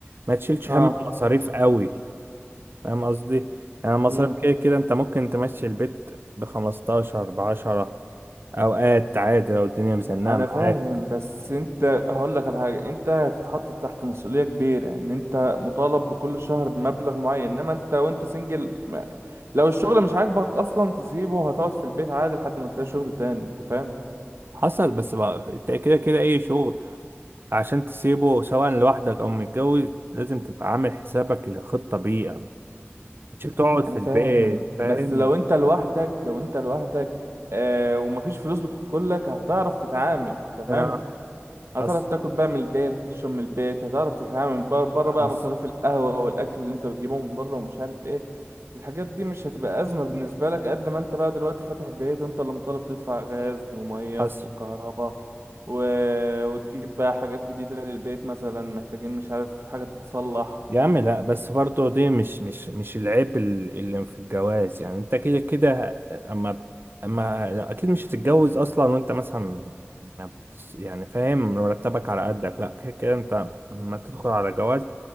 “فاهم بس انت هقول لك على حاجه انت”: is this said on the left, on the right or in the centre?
Right